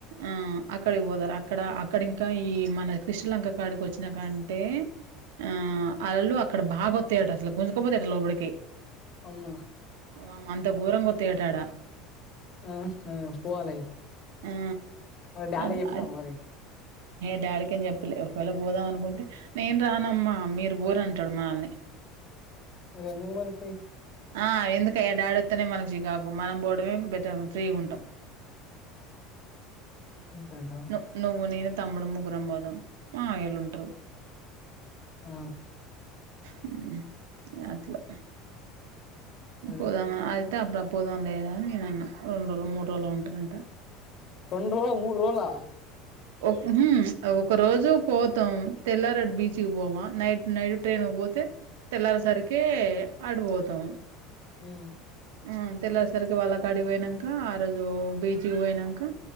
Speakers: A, on the right; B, on the left.
A: ఆ అక్కడికి పోతరు, అక్కడ అక్కడింకా ఈ మన క్రిష్టలంక కాడిక్ ఓచ్చినకంటే. ఆ అలల్ పక్. అక్కడ బాగోత్తాయట అసలు, గుంజకపోతా <unintelligible> లోపడికి.
B: అమ్మా
A: ఆ ఆమ్ అంత ఘోరంగ్. తేటాడ.
B: ఆహా పోవాలే అయితె.
A: ఆ
B: మరి డాడీకి
A: అట్లా
B: చెప్పినావ మరి.
A: ఏ డాడికేం చెప్పలే. ఒకవేళ పోదాం అనుకుంటె నేను రానమ్మా మీరు పోర్రి అంటాడు మనల్ని.
B: మరెందుకు మరి పోయి.
A: ఆ ఎందుకయ డాడోత్తనే మనకు. <unintelligible> <unintelligible> కు మనం పోవడమే బెటల్, ఫ్రీగ్ ఉంటాం.
B: ఉంటాడా
A: ను నువ్వు, నేను. తమ్ముడు ము. గ్గురం బోదాం. మా <unintelligible> ఉంటారు.
B: ఆ
A: హుమ్ అట్లా.
B: అదే
A: పోదామా, అయితె అబ్. <unintelligible> పోదాం లేరా అని, నేన్ అన్నా. రెండు రోజులు మూడు రోజులు ఉంటారంట
B: రెండు రోజుల్, మూడ్ రోజులా.
A: ఒప్పిపి, అగో. ఒక రోజు పోతాం. తెల్లార్ ఆట్ బీచ్కి పోమా, నైట్ నైట్ ట్రైన్ కి పోతే. తెల్లారేసరికే ఆడ్ వోత్. త్త.
B: హుమ్మ్.
A: హుమ్మ్ తెల్లరేసరికి వాళ్ళ కాడికి పోయి పోయినంక, ఆ రోజు బీచ్కి పోయినంక